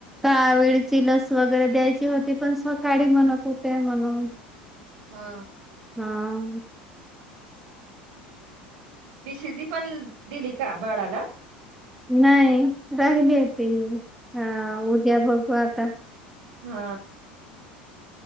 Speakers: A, in the centre; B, on the right.
A: कावेळची लस वगैरे द्यायची होती. पण सकाडी म्हणत होते म्हणून
B: हा
A: हा.
B: बी सी जी पण दिली का बाडाला
A: नाही राहिलीय ती हा उद्या बघू आता
B: हा